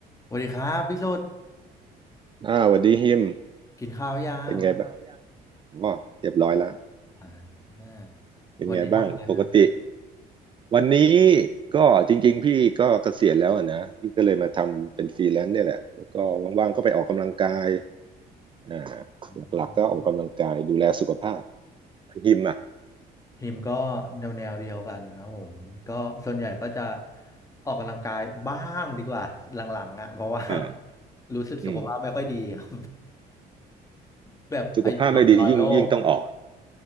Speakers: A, on the left; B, on the right.
A: สวัสดีครับพี่สุด
B: อ้าวสวัสดีฮิม
A: กินข้าวยัง
B: เป็นไงบ้างอ๋อเรียบร้อยแล้ว
A: อ่า
B: เป็นไงบ้างปกติ
A: วันนี้ทำอะไรไหมครับ
B: วันนี้ก็จริงๆพี่ก็เกษียณแล้วอะนะพี่ก็เลยมาทำเป็นฟรีแลนซ์เนี่ยแหละแล้วก็ว่างๆก็ไปออกกำลังกายอ่า
A: อื
B: หลักๆก็ออกกำลังกายดูแลสุขภาพ
A: ม
B: ฮิมอ่ะ
A: ทีมก็แนวแนวเดียวกันครับผมก็ส่วนใหญ่ก็จะออกกำลังกายบ้างดีกว่าหลังๆอ่ะเพราะว่า
B: อ่า
A: <laughs> รู้สึกสุขภาพไม่ค่อยดีครับ
B: อืม
A: <laughs> แบบอายุน้อยร้อยโลก
B: สุขภาพไม่ดียิ่งยิ่งต้องออก